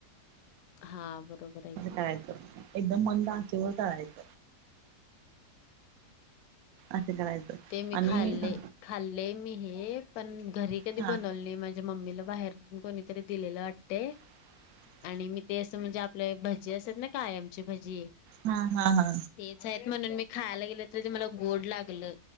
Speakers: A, on the left; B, on the right.
A: हा बरोबरे.
B: तळायच एकदम मंद आचेवर तळायच. असं करायचं.
A: ते मी
B: आणि
A: खाल्ले,
B: हा
A: खाल्लेय मी हे, पण घरी कधी
B: हा
A: बनवले नाही. माझ्या मम्मीला बाहेर कोणीतरी दिलेलं. वाट ते.
B: <unintelligible>
A: आणि मी ते असं म्हणजे, आपल्या भजी असतात ना. कायमची भजी.
B: हा हा ह.
A: तेच आहेत म्हणून मी खायला गेलं. तर ते मला गोड लागलं.